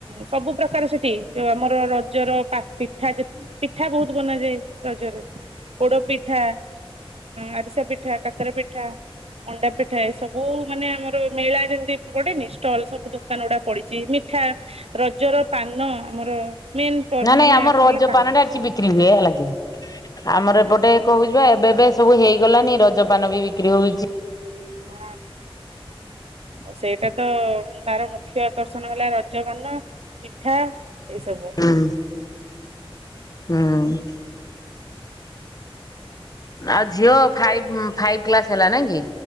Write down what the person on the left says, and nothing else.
ନାଇଁ
ନାଇଁ ଆମର ରଜ
ପାନଟା ଏଠି ବିକ୍ରି ହୁଏ ହେଲାକି। ଆମର
ଏପଟେ କହୁଛିିପା। ଏବେ ଏବେ ସବୁ ହେଇଗଲାନି ରଜପାନ ବି ବିକ୍ରି ହଉଚି।
ହୁଁ ହୁଁ। ଆଉ ଝିଅ ଫାଇଵି ଫାଇଭି କ୍ଲାସ ହେଲା ନାଇଁ କି?